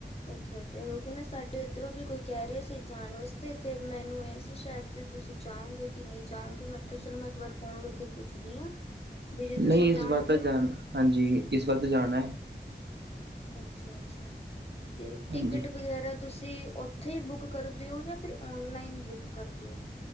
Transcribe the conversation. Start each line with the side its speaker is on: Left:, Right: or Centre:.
Left: ਅੱਛਾ ਅੱਛ ਕਿ ਨਾ ਸਾਡੇ ਇੱਧਰੋਂ ਵੀ ਕੋਈ ਕਹਿ ਰਿਹਾ ਸੀ ਜਾਣ ਵਾਸਤੇ ਅਤੇ ਮੈਨੂੰ ਇਹ ਸੀ ਸ਼ਾਇਦ ਤੁਸੀਂ ਜਾਓਗੇ ਕਿ ਨਹੀਂ ਜਾਓਗੇ ਮੈਂ ਕਿਹਾ ਚਲੋ ਮੈਂ ਇੱਕ ਵਾਰ ਫੋਨ ਕਰਕੇ ਪੁੱਛਦੀ ਹਾਂ ਵੀ ਜੇ
Right: ਨਹੀਂ
Left: ਤੁਸੀਂ
Right: ਇਸ
Left: ਜਾਓਗੇ
Right: ਵਾਰ ਤਾਂ ਜਾਣ ਹਾਂਜੀ ਇਸ ਵਾਰ ਤਾਂ ਜਾਣਾ ਹੈ
Left: ਅੱਛਾ ਅੱਛਾ ਅਤੇ
Right: ਹਾਂਜੀ
Left: ਟਿਕਟ ਵਗੈਰਾ ਤੁਸੀਂ ਉੱਥੇ ਹੀ ਬੁੱਕ ਕਰ ਦਿਓ ਜਾਂ ਫਿਰ ਔਨਲਾਈਨ ਬੁੱਕ ਕਰ ਦਿਓ